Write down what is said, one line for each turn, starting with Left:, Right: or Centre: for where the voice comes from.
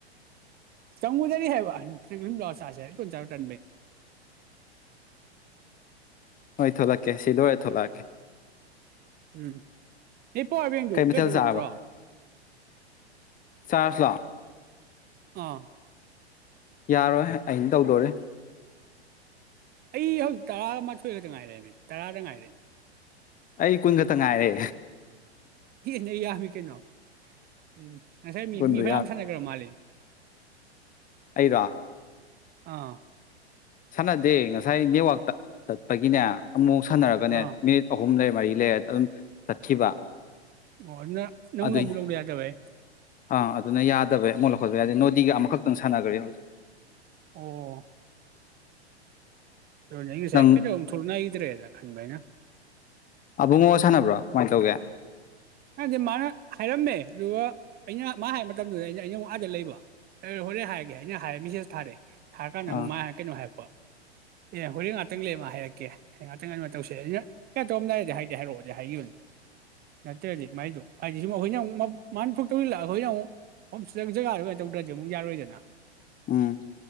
Right: ꯆꯃꯨꯗꯔꯤ ꯍꯥꯏꯕ ꯂꯁꯁꯦ ꯄꯨꯣꯟ ꯆꯥ ꯇ
Left: ꯍꯣꯏ ꯊꯣꯂꯛꯀꯦ ꯁꯤꯜꯣꯋꯦ ꯊꯣꯂꯛꯀꯦ
Right: ꯎꯝ ꯏꯄ ꯏꯕꯦꯡꯗꯨ
Left: ꯀꯩ ꯃꯊꯦꯜ
Right: ꯀꯩꯗꯧꯕ
Left: ꯆꯥꯔꯕ
Right: ꯅꯠꯇ꯭ꯔꯣ
Left: ꯆꯥꯔꯖ ꯂꯣ
Right: ꯑꯥ
Left: ꯌꯥꯔꯣꯏ ꯑꯩꯅ ꯇꯧꯗꯣꯔꯦ
Right: ꯑꯩ ꯍꯧꯖꯤꯛ ꯇꯔꯥ ꯃꯥꯊꯣꯏ ꯈꯛꯇ ꯉꯥꯏꯔꯃꯤ ꯇꯔꯥꯗ ꯉꯥꯏꯔꯃꯤ
Left: ꯑꯩ ꯀꯨꯏꯟ ꯈꯛꯇ ꯉꯥꯏꯔꯦ
Right: ꯍ ꯅꯃꯤ ꯀꯩꯅꯣ ꯎꯝ ꯉꯁꯥꯏ ꯃꯤ
Left: ꯀꯨꯟꯗꯣ
Right: ꯃꯤ ꯐ ꯌꯥꯝ ꯁꯥꯟꯅꯒꯔꯣ ꯃꯥꯜꯂꯤ
Left: ꯑꯩꯔ
Right: ꯑꯥ
Left: ꯁꯥꯟꯅꯗꯦ ꯉꯁꯥꯏ ꯅꯦꯠꯋꯥꯛ ꯇꯠꯄꯒꯤꯅꯦ ꯑꯃꯨꯛ ꯁꯥꯟꯅꯔꯒꯅꯦ
Right: ꯑꯥ
Left: ꯃꯤꯠ ꯑꯍꯨꯝ ꯂꯩꯕ ꯃꯔꯤ ꯂꯩꯦ ꯑꯗꯨꯝ ꯇꯠꯈꯤꯕ
Right: ꯑꯣ ꯅ ꯅ
Left: ꯑꯗꯨꯏ
Right: ꯅꯕꯨꯨ ꯂꯧꯧꯌꯥꯗꯚꯥꯏ
Left: ꯑꯥ ꯑꯗꯨꯅ ꯌꯥꯗꯕꯩ ꯑꯃꯨꯛ ꯂꯧꯈꯠꯄꯕ ꯌꯥꯗꯦ ꯅꯣꯗꯤꯒ ꯑꯃꯈꯛꯇꯪ ꯁꯥꯟꯅꯈ꯭ꯔꯦ ꯍꯧꯖꯤꯛ
Right: ꯑꯣ ꯪ
Left: ꯅꯪ
Right: ꯁꯥꯏꯀꯖ ꯊꯨꯜꯅꯏꯗ꯭ꯔꯦ ꯑꯗꯨ ꯈꯕꯥꯏꯅ
Left: ꯑꯕꯨꯡꯉꯣ ꯁꯥꯟꯅꯕ꯭ꯔꯣ ꯀꯃꯥꯏꯅ ꯇꯧꯒꯦ
Right: ꯍꯥꯏꯗꯤ ꯃꯥꯅ ꯍꯥꯏꯔꯝꯃꯦ ꯑꯗꯨꯒ ꯑꯩꯅ ꯃꯥ ꯍꯥꯏꯕ ꯃꯇꯝ ꯃꯇꯝꯗꯨꯗ ꯑꯩꯅ ꯑꯩꯅ ꯋꯥ ꯑꯥꯗ ꯂꯩꯕ ꯍꯣꯔꯦꯟ ꯍꯥꯏꯔꯒꯦ ꯑꯩꯅ ꯍꯥꯏ ꯃꯦꯁꯦꯖ ꯊꯥꯔꯦ ꯊꯔ ꯀꯥꯟꯗ
Left: ꯑꯥ
Right: ꯑꯃꯨꯛ ꯃꯥꯉꯦ ꯀꯩꯅꯣ ꯍꯥꯏꯔꯛꯄ ꯑꯦ ꯍꯣꯔꯦꯟ ꯉꯥꯛꯇꯪ ꯂꯩꯃ ꯍꯥꯏꯔꯛꯀꯦ ꯍꯣꯔꯡ ꯉꯥꯛꯇꯪ ꯑꯗꯨꯃ ꯇꯧꯁꯦ ꯑꯩꯅ ꯀꯩꯅ ꯇꯧꯔꯝꯗꯥꯏꯗꯤ ꯍꯥꯏꯗꯤꯦ ꯍꯥꯏꯔꯛꯑꯣꯗꯤ ꯍꯥꯏꯈꯤꯕꯅꯦ ꯅꯠꯇ꯭ꯔꯗꯤ ꯃꯥꯏꯗꯣ ꯍꯥꯏꯗꯤ ꯁꯨꯝ ꯑꯩꯈꯣꯏꯅ ꯑꯃꯨꯛ ꯃꯥꯅ ꯊꯣꯛꯇꯧꯔꯤꯜꯂ ꯑꯩꯈꯣꯏꯅ ꯑꯃꯨꯛ ꯍꯣꯝ ꯖꯒꯥꯗ ꯀ ꯇꯧꯗ꯭ꯔꯗꯤ ꯑꯃꯨꯛ ꯌꯥꯔꯣꯏꯗꯅ
Left: ꯎꯝ